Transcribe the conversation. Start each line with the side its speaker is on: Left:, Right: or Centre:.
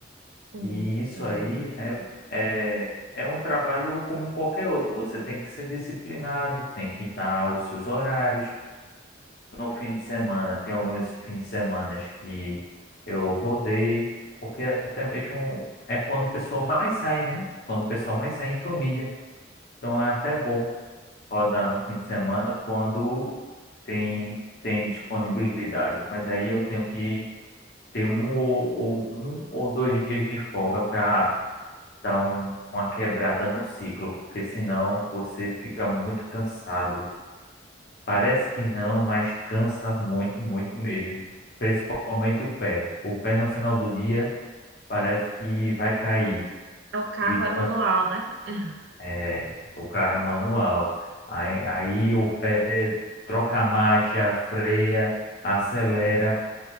Right: Sim,
Left: E isso
Right: sim.
Left: aí é, é, é um trabalho como qualquer outro. Você tem que ser disciplinado, tem que estar os seus horários, no fim de semana. Tem alguns fins de semana que eu rodei, porque até mesmo é quando o pessoal mais sai, né? Quando o pessoal mais sai em família. Então é até bom rodar no fim de semana quando tem, tem disponibilidade. Mas aí eu tenho que ter um ou, ou- um ou dois dias de folga para dar um- uma quebrada no ciclo, porque senão você fica muito cansado. Parece que não, mas cansa muito, muito mesmo. Principalmente o pé. O pé no final do dia parece que vai cair
Right: É O carro
Left: de
Right: é manual,
Left: tanto.
Right: né? <laughs>
Left: É, o carro é manual. Aí, aí o pé troca a marcha, freia, acelera